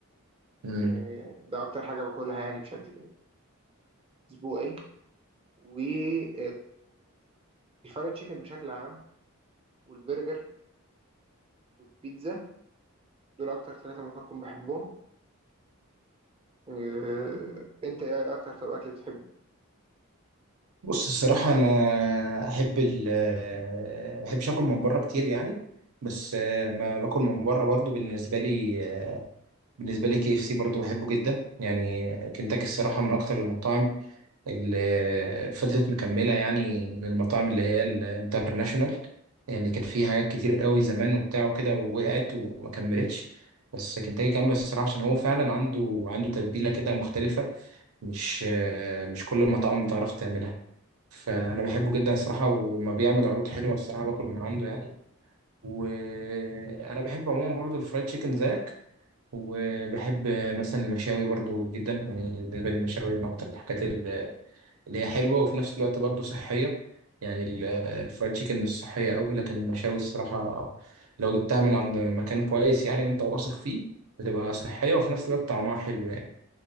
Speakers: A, on the right; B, on the right.
A: مم.
B: إيه، ده اكتر حاجه باكلها يعني بشكل اسبوعي و إيه، الفرايد تشيكن بشكل عام والبرجر والبيتزا دول اكتر ثلاثه ممكن اكون بحبهم إيه، انت ايه اكتر طب اكل بتحبه
A: بص الصراحه انا احب ال ما بحبش اكل من بره كتير يعني بس آه، ما باكل من بره برضو بالنسبه لي بالنسبة لي كي اف سي برضه بحبه جدا يعني كنتاكي الصراحة من أكتر المطاعم اللي فضلت مكملة يعني من المطاعم اللي هي الانترناشونال يعني كان في حاجات كتير قوي زمان وبتاع وكده ووقعت وما كملتش بس كنتاكي كمل الصراحة عشان هو فعلا عنده عنده تتبيلة كده مختلفة مش مش كل المطاعم بتعرف تعملها فأنا بحبه جدا الصراحة وما بيعمل عروض حلوة الصراحة باكل من عنده يعني وأنا بحب عموما برضه الفرايد تشيكن زيك وبحب مثلا المشاوي برضو جدا يعني بالنسبة لي المشاوي من أكتر الحاجات ال- اللي هي حلوة وفي نفس الوقت برضو صحية يعني ال- الفرايد تشيكن مش صحية أوي لكن المشاوي الصراحة لو جبتها من عند مكان كويس يعني وأنت واثق فيه بتبقى صحية وفي نفس الوقت طعمها حلو يعني